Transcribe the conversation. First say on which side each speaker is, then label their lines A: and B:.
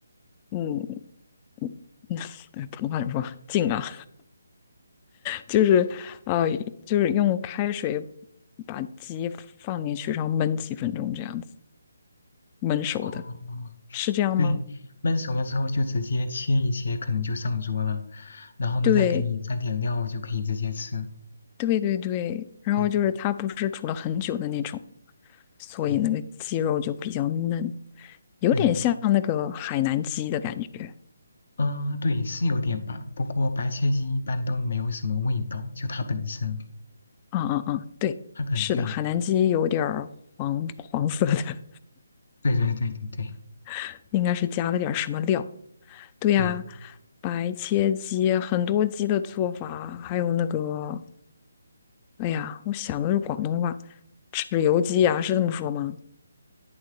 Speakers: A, on the left (about 25°); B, on the left (about 55°).
A: 嗯，<laughs> 普通话怎么说？浸啊。就是呃，就是用开水把鸡放进去，然后焖几分钟这样子，焖熟的，
B: 哦，
A: 是这样吗？
B: 对，焖熟了之后就直接切一切，可能就上桌了。然后呢，
A: 对，
B: 再给你沾点料就可以直接吃。
A: 对对对。然后就是它不是煮了很久的那种，
B: 对
A: 所以那个鸡肉就比较嫩，
B: 对
A: 有点像那个海南鸡的感觉。
B: 对，嗯，对，是有点吧。不过白切鸡一般都没有什么味道，就它本身，
A: 嗯嗯嗯，对，
B: 它可能对，
A: 是的，海南鸡有点儿黄黄色的，
B: 对对对对对
A: <laughs> 应该是加了点儿什么料。对呀，
B: 对，
A: 白切鸡，很多鸡的做法，还有那个哎呀，我想的是广东话，豉油鸡呀、是这么说吗？